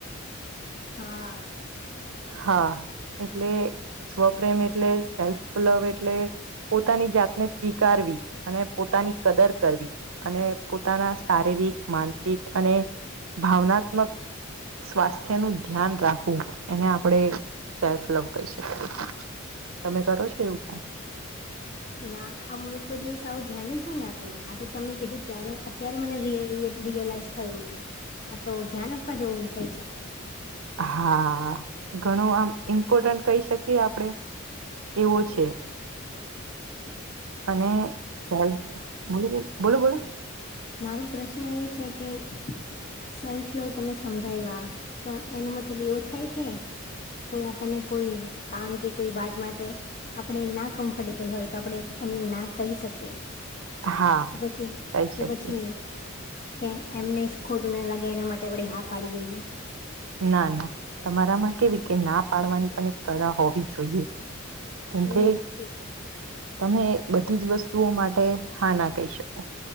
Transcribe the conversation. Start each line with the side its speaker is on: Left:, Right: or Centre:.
Left: હા.
Right: હા, એટલે સ્વપ્રેમ એટલે સેલ્ફ લવ એટલે પોતાની જાતને સ્વીકારવી અને પોતાની કદર, કરવી અને પોતાના શારીરિક માન માનસિક અને ભાવનાત્મક, સ્વાસ્થ્ય નુ ધ્યાન રાખવું. એને આપણેે સેલ્ફ લવ કહી, શકીએ તમે કરો છો, એવું કઈ?
Left: ના આ મેં કોઈ દિવસ આવું ધ્યાન જ નહી, આપ્યું આ તો તમે કીધું ત્યારે અત્યારે મને રિયલાઈઝ થયુ, કે આ તો ધ્યાન આપવા જેવો વિષય છે.
Right: હા, ઘણું આમ ઇમ્પોર્ટન્ટ કહી, શકી. કે આપડે, એવો છે.
Left: હ.
Right: અને સેલ્ બોલો, બોલો બોલો
Left: મારો પ્રશ્ન એ છે, કે સેલ્ફ લવ તમે સમજાવ, તો એનો મતલબ એવો થાય કે કોઈ આપણને કોઈ કામ કે કોઈ, વાત માટે આપણે ના કમ્ફર્ટેબલ હોય તો આપણે એમને ના કહી, શકીએ.
Right: હા
Left: કે પછી કે
Right: શકીએ
Left: પછી કે એમને ખોટુના લાગે, એના માટે આપણે હા, પાડી દઈએ.
Right: ના, ના તમારામાં કેવી કે ના પાડવાની પણ એક કળા હોવી જોઈએ, જેમ કે
Left: ઓકે
Right: તમે બધી જ વસ્તુઓ માટે હા, ના કહી, શકો